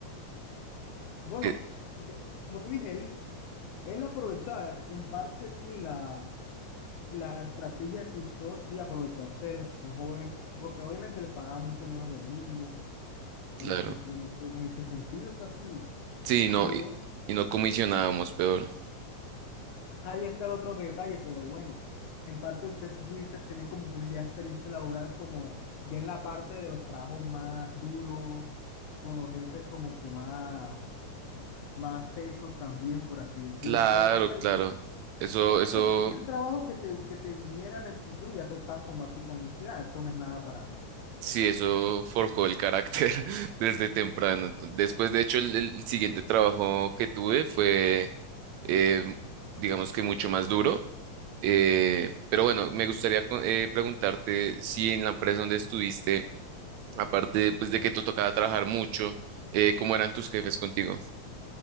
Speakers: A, on the left (about 80°); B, on the right (about 80°).
A: Bueno,
B: eh,
A: como te, como te dije, él, él aprovechaba, en parte sí, la, la estrategia que usó, sí, aprovecharse de las personas jóvenes, porque obviamente les pagaba mucho menos del mínimo en
B: claro,
A: ese, en ese, en ese sentido, o sea, sí
B: sí, no,
A: ayudó
B: y, y no comisionábamos peor.
A: Ahí está el otro detalle, pero bueno, en parte usted pudiste tener como que una ya experiencia laboral como ya en la parte de los trabajos más duros, con los jefes como que más, más tesos también, por así decirlo.
B: Claro,
A: O sea, en parte de
B: claro.
A: ti,
B: Eso, eso,
A: o sea, cualquier trabajo que te, que te viniera en el futuro, ya tú estás con básicamente, ah, esto no es nada para mí.
B: sí, eso forjó el carácter <laughs> desde temprano. Entonces, después, de hecho, el, el siguiente trabajo que tuve fue, eh, digamos que mucho más duro. Eh, pero bueno, me gustaría co- eh, preguntarte si en la empresa donde estuviste, aparte pues, de que te tocaba trabajar mucho, eh, ¿cómo eran tus jefes contigo?